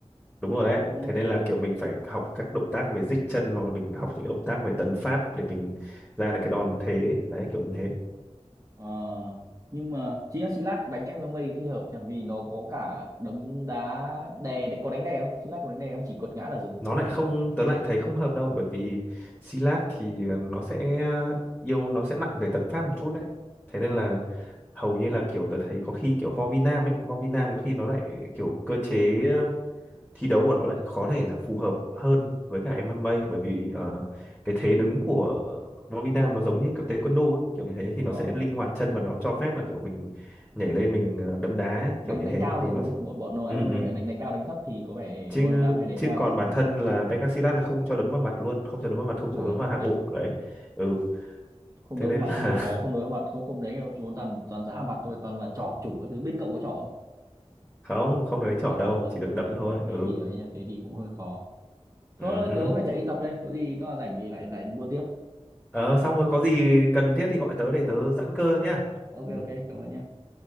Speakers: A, in the centre; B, on the right.
A: Đúng rồi đấy.
B: đúng
A: Thế nên
B: không ờ
A: là kiểu mình phải học các động tác về dích chân hoặc là mình học những động tác về tấn pháp để mình ra được cái đòn thế. Đấy kiểu như thế.
B: ờ. nhưng mà chính là Silat đánh em em A khi hợp nhỉ vì nó có cả đấm đá đè có đánh đè không Xì lát có đánh đè không chỉ quật ngã là dừng
A: Nó lại không, tớ lại thấy không hợp đâu bởi vì Silat thì ờ, nó sẽ yêu nó sẽ nặng về tấn pháp một chút đấy. Thế nên
B: ờ
A: là hầu như là kiểu tớ thấy có khi kiểu Võ Vi Nam ấy, Võ Vi Nam có khi nó lại kiểu cơ chế thi đấu của nó lại có thể là phù hợp hơn với cả MMA bởi vì ờ, cái thế đứng của ờ, võ Việt Nam nó giống như kiểu taekwondo ấy, kiểu như thế thì
B: ờ
A: nó sẽ linh hoạt chân và nó cho phép là kiểu mình nhảy lên mình ờ, đấm đá ấy,
B: đánh
A: kiểu như
B: đánh
A: thế
B: cao
A: thì
B: được
A: nó
B: đúng
A: sẽ
B: không bọn bọn nó
A: ừ
B: em ơi,
A: ừ
B: đánh đánh cao đánh thấp thì có vẻ
A: chứ
B: voi Việt Nam hay đánh
A: chứ
B: cao
A: còn bản thân là Pencak là không cho đấm vào mặt luôn không cho đấm vào mặt không
B: ủa
A: cho đấm vào hạ
B: thế
A: bộ
B: à
A: đấy ừ
B: không
A: thế
B: đấu
A: nên
B: vào mặt
A: là
B: thì hơi khó không đấu vào mặt không không đánh đâu chú toàn toàn dã vào mặt thôi toàn là trỏ chủng các thứ bên cậu có trỏ không
A: <laughs> không không được đánh
B: Không
A: trỏ
B: đánh
A: đâu
B: trỏ luôn
A: chỉ
B: ờ,
A: được đấm thôi
B: thế thế
A: ừ
B: thì ấy nha thế thì cũng hơi khó thôi
A: ừ hứ.
B: tớ phải chạy đi tập đây có gì nó rảnh thì lại lại buôn tiếp
A: ờ xong rồi có gì cần thiết thì gọi tớ để tớ giãn cơ nhá
B: ok
A: ừ
B: ok cảm ơn nhé